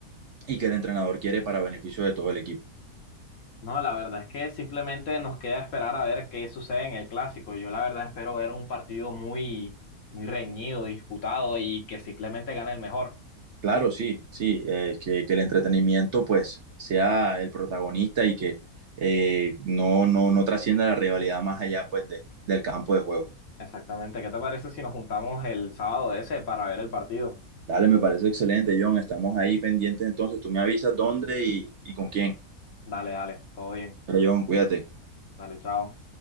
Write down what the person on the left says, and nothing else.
No, la verdad es que simplemente nos queda esperar a ver qué sucede en el clásico. Yo la verdad espero ver un partido muy, muy reñido, disputado y que simplemente gane el mejor.
Exactamente. ¿Qué te parece si nos juntamos el sábado ese para ver el partido?
Dale, dale, todo bien.
Dale, chao.